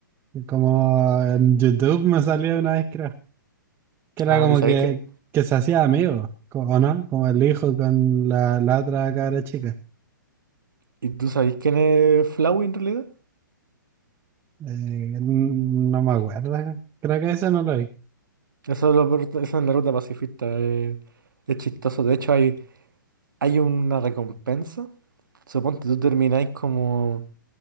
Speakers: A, on the right; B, on the right.
A: Como en YouTube me salió una vez, creo, que era
B: Ah,
A: como
B: ¿y sabéis
A: que,
B: qué?
A: que se hacía amigo, co- ¿o no? Como el hijo con la, la otra cabra chica.
B: ¿Y tú sabéis quién es Flawey en realidad?
A: Eh, no me acuerdo, creo que eso no lo vi.
B: Eso es, lo peor- eso es en la ruta pacifista. eh, Es, chistoso. De hecho, hay, hay una recompensa. Suponte tú termináis como